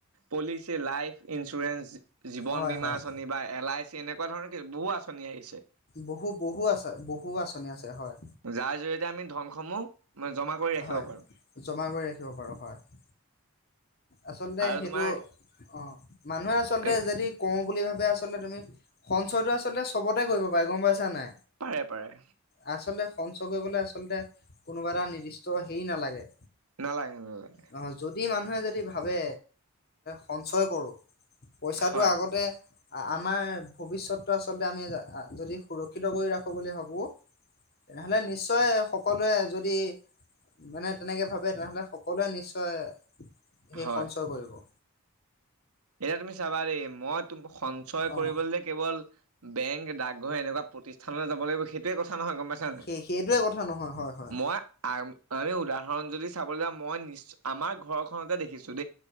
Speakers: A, on the right; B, on the left.
A: পলিচি, লাইফ ইঞ্চুৰেন্ঞ্চ, জীৱন
B: হয়,
A: বীমা
B: হয়,
A: আঁচনি, বা এল আই চি, এনেকুৱা ধৰণৰ কি বহু আঁচনি আহিছে।
B: বহু বহু আছে, বহু আঁচনি আছে হয়।
A: যাৰ জৰিয়তে আমি ধনসমূহ জমা কৰি ৰাখিব
B: হয়
A: পাৰোঁ।
B: জমা কৰি ৰাখিব পাৰো। হয়! আচলতে
A: আৰু
B: সেইটো
A: তোমাৰ
B: অ' মানুহে আচলতে
A: এ
B: যদি কৰো বুলি ভাবে আচলতে তুমি সঞ্চয়টো আচলতে চবতে কৰিব পাৰে। গম পাইছা নে?
A: পাৰে পাৰে।
B: আচলতে সঞ্চয় কৰিবলে আচলতে কোনোবা এটা নিৰ্দিষ্ট হেৰি নালাগে।
A: নালাগে নালাগে।
B: নহয়, যদি মানুহে যদি ভাবে সঞ্চয় কৰো। পইচাটো
A: হয়
B: আগতে আমাৰ ভৱিষ্যতটো আচলতে আমি যদি সুৰক্ষিত কৰি ৰাখো বুলি ভাবো। তেনেহ'লে নিশ্চয় সকলোৱে যদি মানে তেনেকে ভাবে, তেনেহ'লে সকলোৱে নিশ্চয় সেই
A: হয়।
B: সঞ্চয় কৰিব।
A: এতিয়া তুমি চাবা দেই! মই সঞ্চয় কৰিবলে
B: অ
A: কেৱল বেংক, ডাকঘৰ এনেকুৱা প্ৰতিষ্ঠানলৈ যাব লাগিব সেই সেইটোৱেই কথা নহয়। গম পাইছা নে নাই?
B: সেই সেইটোৱে কথা নহয় হয় হয়
A: মই আ তাৰে উদাহৰণ যদি চাবলে যাওঁ, মই নি্চ আমাৰ ঘৰখনতে দেখিছো। দেই